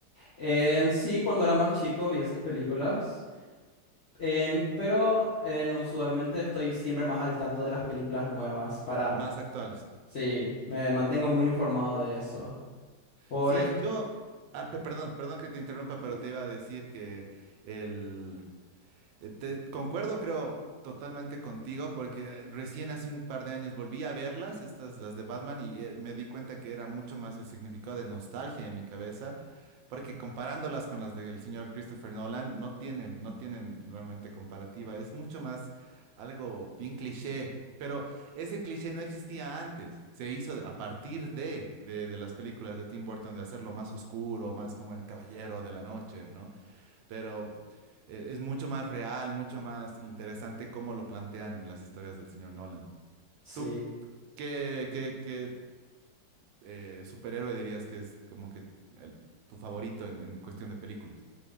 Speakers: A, on the left; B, on the right.
A: En sí, cuando era más chico vi esas películas, en- pero en, usualmente estoy siempre más al tanto de las películas nuevas para...
B: Más actuales.
A: Sí, me mantengo muy informado de eso. Por
B: Sí,
A: ejemplo...
B: yo, ah, pe- perdón, perdón que te interrumpa, pero
A: Uh,
B: te iba a decir que el, Eh, te- concuerdo, creo, totalmente contigo, porque recién hace un par de años volví a verlas, estas, las de Batman, y eh, me di cuenta que era mucho más el significado de nostalgia en mi cabeza, porque comparándolas con las del señor Christopher Nolan, no tienen, no tienen realmente comparativa. Es mucho más algo bien cliché, pero ese cliché no existía antes. Se hizo de- a partir de, de, de las películas de Tim Burton, de hacerlo más oscuro, más como el caballero de la noche, ¿no? pero eh, es mucho más real, mucho más interesante cómo lo plantean en las historias del señor Nolan.
A: Sí.
B: ¿Tú qué, qué, qué eh, superhéroe dirías que es como que el- tu favorito en, en cuestión de películas?